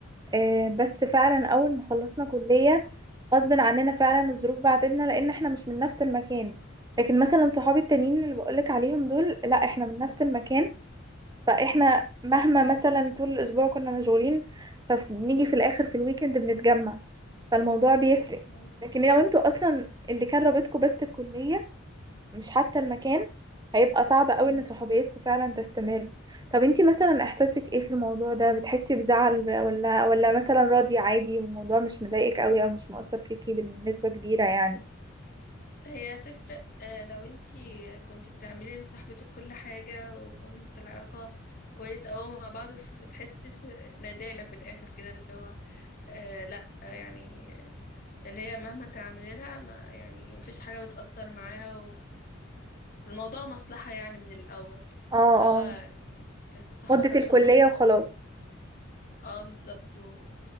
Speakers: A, on the right (about 20°); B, on the left (about 45°).
A: آه بس فعلا اول ما خلصنا كليه غصب عننا فعلا الظروف بعتتنا لان احنا مش من نفس المكان لكن مثلا صحابي التانيين اللي بقولك عليهم دول لا احنا من نفس المكان فاحنا مهما مثلا طول الاسبوع كنا مشغولين فبنيجي في الاخر في الويكند بنتجمع فالموضوع بيفرق
B: أيوة
A: لكن لو انتوا اصلا اللي كان رابطكم بس الكلية مش حتى المكان هيبقى صعب قوي
B: تمام.
A: ان صحوبيتكم فعلا تستمر طب انتي مثلا احساسك ايه في الموضوع ده بتحسي بزعل ب- ولا ولا مثلا راضية عادي والموضوع مش مضايقك قوي او مش مؤثر فيكي بنسبة كبيرة يعني
B: هي تفرق آه، لو انتي كنت بتعملي لصاحبتك كل حاجة وكنت العلاقة كويسة أوي مع بعض وتحسي في ندالة في الآخر كده اللي هو آه لأ آه، يعني اللي هي مهما تعملي لها ما يعني مفيش حاجة بتأثر معاها الموضوع مصلحة يعني من الأول
A: اه
B: اللي
A: اه
B: هو يعني كانت بتصاحبك
A: مدة
B: عشان
A: الكلية
B: مصلحة
A: وخلاص
B: و... اه بالظبط و...